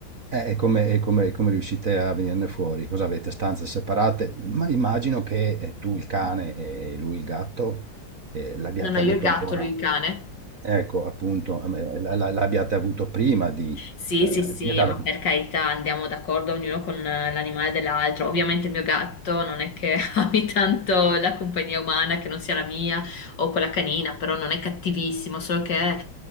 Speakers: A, on the right (about 45°); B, on the left (about 55°).
A: eh, e come, e come- e come riuscite a venirne fuori? Cosa avete? Stanze separate? Ma immagino che eh, tu il cane e lui il gatto eh, l'abbiate
B: No, no, io
A: avuto
B: il gatto,
A: ancora.
B: lui il cane.
A: Ecco, appunto, a me la la l'abbiate avuto prima di,
B: Sì,
A: ehm,
B: sì, sì,
A: di andare
B: ma per carità andiamo d'accordo ognuno con eh, l'animale dell'altro. Ovviamente il mio gatto non è che <laughs> ami tanto la compagnia umana che non sia la mia o quella canina, però non è cattivissimo, solo che,